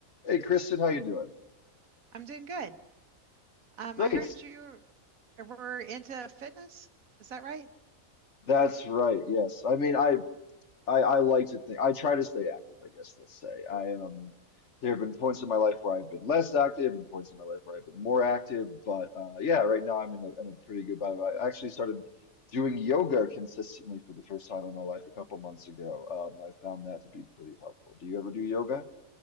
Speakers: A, on the left (about 55°); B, on the right (about 75°).
A: Hey Kristen, how you doing?
B: I'm doing good. Um,
A: Great.
B: I heard you were into fitness. Is that right?
A: That's right. Yes. I mean, I, I I like to think I try to stay active, I guess let's say. I um there have been points in my life where I've been less active and points in my life where I've been more active, but uh yeah, right now I'm in a in a pretty good vibe. I actually started doing yoga consistently for the first time in my life a couple months ago. Um, I found that to be pretty helpful. Do you ever do yoga?